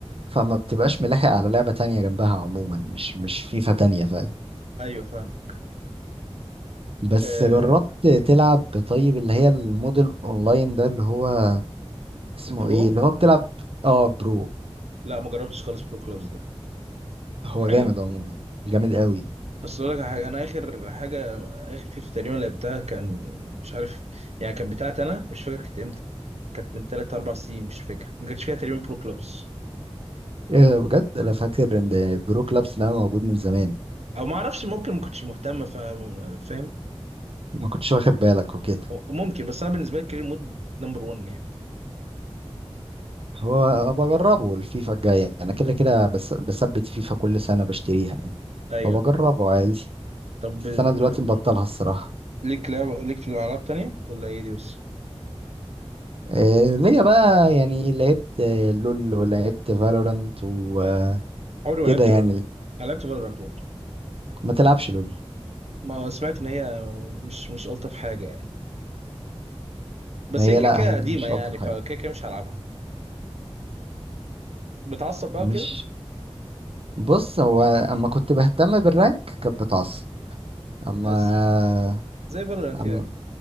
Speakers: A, on the right; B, on the right.
A: فما بتبقاش ملاحق على لعبه تانية جنبها عموما مش مش فيفا تانية فاهم
B: ايوه فاهمك
A: بس
B: آه
A: جربت تلعب طيب اللي هي الموديل اونلاين ده اللي هو اسمه
B: البرو
A: ايه اللي هو بتلعب اه برو
B: لا ما جربتش خالص برو كلوبز ده
A: هو
B: حلو
A: جامد عموما جامد قوي
B: بس اقول لك على حاجه انا اخر حاجه اخر فيفا تقريبا لعبتها كان مش عارف يعني كانت بتاعتي انا مش فاكر كانت امتى كانت من 3 4 سنين مش فاكر ما كانش فيها تقريبا برو كلوبز
A: ايه ده بجد انا فاكر ان برو كلابس ده موجود من زمان
B: او ما اعرفش ممكن ما كنتش مهتم ف... فاهم
A: ما كنتش واخد بالك وكده
B: أو- ممكن بس انا بالنسبه لي كارير مود نمبر 1 يعني
A: هو انا بجربه الفيفا الجاية انا كده كده بس بثبت فيفا كل سنة بشتريها
B: ايوه
A: فبجربه عادي
B: طب
A: بس
B: آه،
A: انا دلوقتي مبطلها الصراحه
B: ليك لعب ليك في الالعاب تانية ولا هي دي بس
A: إيه ليا بقى يعني لعبت آه، لول ولعبت فالورانت وكده
B: عمري ما لعبت
A: يعني
B: لول أنا لعبت فالورانت برضه
A: ما تلعبش لول
B: ما سمعت ان هي مش مش الطف حاجه يعني بس
A: ما هي
B: هي كده
A: لا
B: كده
A: هي
B: قديمه
A: مش
B: يعني
A: الطف حاجه
B: فكده كده مش هلعبها بتعصب بقى
A: مش
B: وكده
A: بص هو اما كنت بهتم بالرانك كانت بتعصب اما
B: ز- زي فالورانت
A: اما
B: يعني